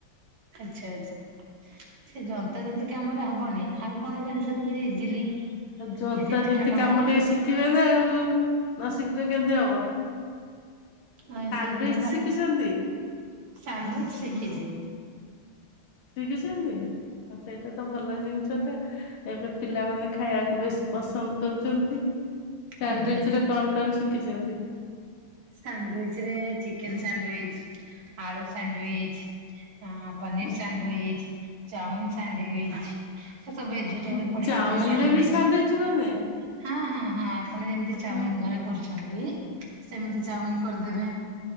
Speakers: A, on the right (about 80°); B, on the left (about 75°).
A: ଆଚଛା ଆଚ୍ଛା ସେ ଯନ୍ତତା ଜନ୍ତ କିାମର ହବନି ଆଉ କଣ ଜାଣିଛନ୍ତି କି ଇଜିଲି
B: ଆଉ ଜନ୍ତା
A: କିଛି ପିଠା
B: ଜତି
A: ପଣା
B: କାମ ଟିକେ ଶିଖିବେ ନା ଆଉ ନ ସିକିଲେ କେମିତି ହବ।
A: ନାଇଁ
B: ସାଣ୍ଡୱିଚ
A: ସେଇ <unintelligible> ପା
B: ଶିଖିଛନ୍ତି
A: ସାନୁ ଶିଖିଚି।
B: ଶିଖିଚନ୍ତି ଆ ସେଇଟା ତ ଭଲ ଜିନିଷଟା ଏବେ ପିଲାମାନେ ଖାଇବାକୁ ବେଶୀ ପସନ୍ଦ କରୁଚନ୍ତି। ସାନଡିୟୁଚରେ
A: ଆଜ୍ଞା।
B: କଣ କଣ ଶିଖିଚନ୍ତି?
A: ସାଣ୍ଡଇଚ ରେ ଚିକେନ ସାଣ୍ଡଇଚ, ଆଳୁ ସାଣ୍ଡଇଚ ହଁ ପନିର
B: ହୁଁ
A: ସାଣ୍ଡଇଚ ଚାଉମିିନ ସାଣ୍ଡଇଚ ସବ ଭେଜିଟେବଲ
B: ହୁଁ
A: ପଡିକି
B: ଚାଉମିନ
A: ଗୋଟେ ସାଣ୍ଡଇଚ।
B: ରେ <unintelligible>
A: ହଁ ହଁ ହଁ ଆପଣ ଯେମିତି ଚାଉମିିନ
B: ସାଣ୍ଡୱିଚ
A: ଘରେ କରୁଛନ୍ତି ସେମିତି ଚାଉମିିନ କରିଦେବେ